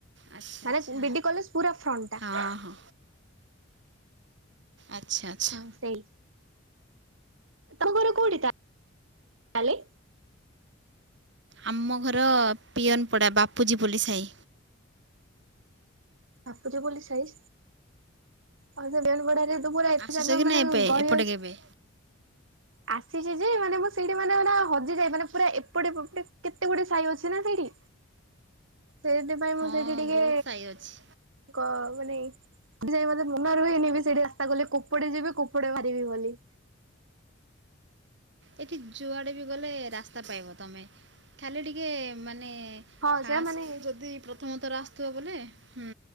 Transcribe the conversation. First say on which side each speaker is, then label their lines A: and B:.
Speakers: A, on the right (about 60°); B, on the right (about 75°).
A: ଆଚ୍ଛା
B: ମାନେ
A: ଆଚ୍ଛା
B: ବିଡି କଲେଜ ପୁର ଫ୍ରଣ୍ଟ ଟା
A: ହଁ ହଁ ଆଚ୍ଛା ଆଚ୍ଛା
B: ହଁ ସେଇ ତମ ଘର କଉଠି ତା ତାହାଲେ
A: ଆମ ଘର ପିଅନପଡ଼ା ବାପୁଜୀ ବୋଲି ସାହି
B: ବାପୁଜୀ ବୋଲି ସାଇ ହଉ ସେ ବେନୁ ପଡାରେ ତ ପୁରା ଏତେ
A: ଆସିଛ
B: ଜାଗା
A: କି
B: ମାନେ
A: ନା ଏବେ
B: ଗଳି
A: ଏପଟେ
B: ଅଛି।
A: କେବେ?
B: ଆସିଛି ଯେ ମାନେ ମୁଁ ସେଇଠି ମାନେ ହଜିଯାଏ ମାନେ ପୁରା ଏପଟେ ପେପେଟେ କେତେ ଗୁଟେ ସାଇ ଅଛି ନା ସେଇଠି ସେଇଠି ମୁଁ
A: ହଁ
B: ଟିକେ
A: ବହୁତ ସାଇ ଅଛି।
B: କ ମାନେ ସେଠି ଯାଇ ମତେ ମନ ରହେନି ବି ସେଇଠି ରାସ୍ତା ଗଲେ କୁପଡେ ଯିବି କୋପଡେ ବାହାରିବି ବୋଲି
A: ଏଠି ଯୁଆଡ଼େ ବି ଗଲେ ରାସ୍ତା ପାଇବ ତମେ ଖାଲି ଟିକେ ମାନେ
B: ହଁ
A: ଫାଷ୍ଟ
B: ସେଇଟା ମାନେ
A: ଯଦି ପ୍ରଥମଥର ଆସିଥିବ ବୋଲେ ହୁଁ